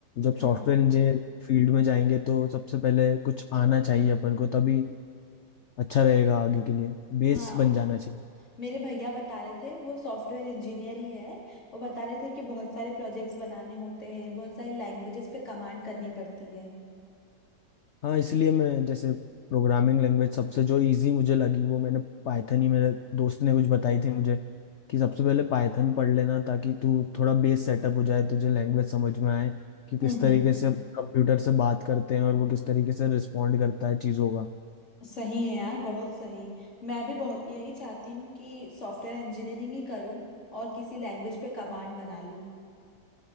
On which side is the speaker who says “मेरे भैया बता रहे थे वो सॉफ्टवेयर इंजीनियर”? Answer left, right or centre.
Left